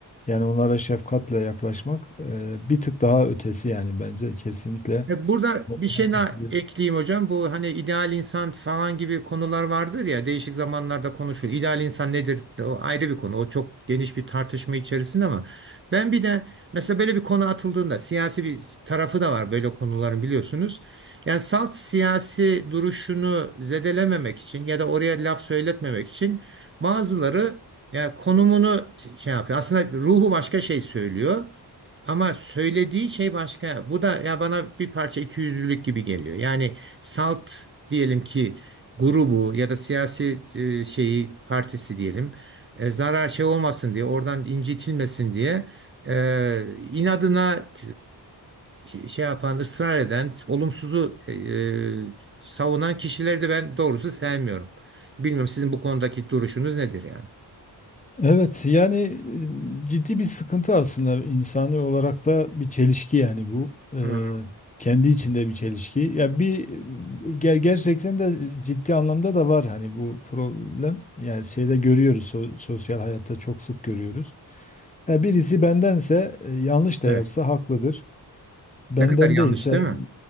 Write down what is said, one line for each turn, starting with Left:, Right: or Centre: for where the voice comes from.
Left: yani onlara şefkatle yaklaşmak e, bir tık daha ötesi yani bence kesinlikle.
Right: E, Burada bir
Left: Ona
Right: şey
Left: katılıyorum.
Right: daha ekleyeyim hocam. Bu hani ideal insan falan gibi konular vardır ya değişik zamanlarda konuşulur. İdeal insan nedir? O ayrı bir konu. O çok geniş bir tartışma içerisinde ama ben bir de mesela böyle bir konu atıldığında siyasi bir tarafı da var böyle konuların biliyorsunuz. Yani salt siyasi duruşunu zedelememek için ya da oraya laf söyletmemek için bazıları yani konumunu şey yapıyor. Aslında ruhu başka şey söylüyor. Ama söylediği şey başka. Bu da ya bana bir parça ikiyüzlülük gibi geliyor. Yani salt diyelim ki grubu ya da siyasi e, şeyi partisi diyelim e, zarar şey olmasın diye oradan incitilmesin diye e, inadına e, şey yapan ısrar eden olumsuzu e, e, savunan kişileri de ben doğrusu sevmiyorum. Bilmiyorum sizin bu konudaki duruşunuz nedir yani?
Left: Evet yani e, ciddi bir sıkıntı aslında insani olarak da bir çelişki yani bu. E,
Right: Hmm.
Left: kendi içinde bir çelişki. Ya bir e, ger- gerçekten de ciddi anlamda da var hani bu problem. Yani şeyde görüyoruz so- sosyal hayatta çok sık görüyoruz. E, birisi bendense e, yanlış da
Right: Evet.
Left: yapsa haklıdır. Benden
Right: Ne kadar yanlış
Left: değilse
Right: değil mi?